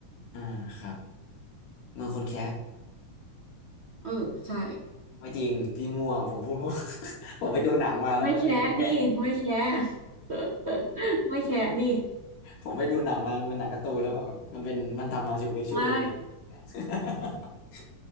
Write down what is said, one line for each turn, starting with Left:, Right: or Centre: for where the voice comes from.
Left: อ่าครับเมืองคนแคะ
Right: เออใช่
Left: ไม่จริงพี่มั่วผมพูดมั่ว <laughs> ผมไปดูหนังมาแล้วมันเป็นคนแคะ
Right: ไม่แชะดิไม่แชะ <laughs> ไม่แชะดิ
Left: ผมไปดูหนังมามันเป็นหนังการ์ตูนแล้วมันแบบมันเป็นมันทำมาชูพิกชูเป็นเมือง
Right: ไม่
Left: <laughs>